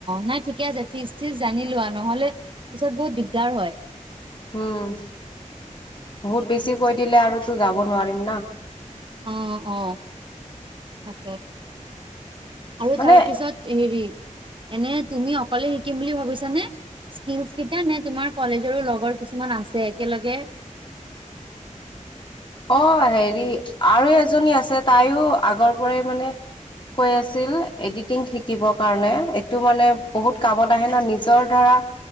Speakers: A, on the right (about 40°); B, on the left (about 35°).
A: নাই ঠিকে আছে ফিজ তিজ জানি লোৱা নহলে পিছত বহুত দিগদাৰ হয়
B: উম বহুত বেছি কৈ দিলে আৰু তো যাব নোৱাৰিম না
A: অ' অ' অ' তাকে আৰু
B: মানে
A: তাৰ পিছত হেৰি এনে তুমি অকলে শিকিম বুলি ভাবিছানে স্কিলচ কেইটা নে তোমাৰ কলেজৰো লগৰ কিছুমান আছে একেলগে <unintelligible>
B: অ হেৰি আৰু এজনী আছে তাইও আগৰ পৰাই মানে কৈ আছিল এডিটিং শিকিব কাৰণে এইটো মানে বহুত কামত আহে ন নিজৰ ধৰা